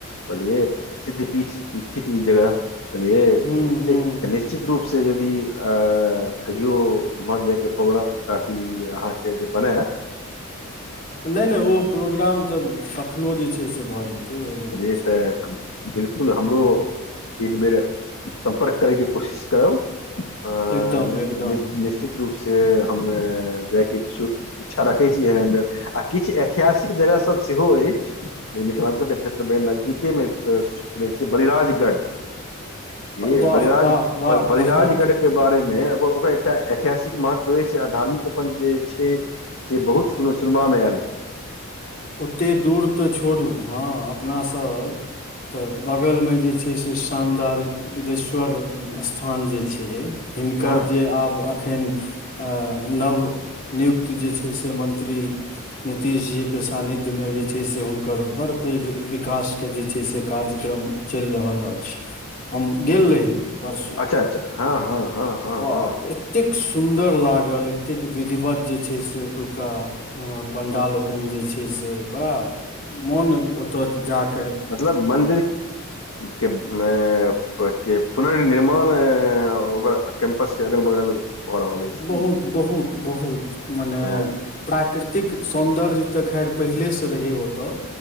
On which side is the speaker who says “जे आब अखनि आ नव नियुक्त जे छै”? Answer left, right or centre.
Left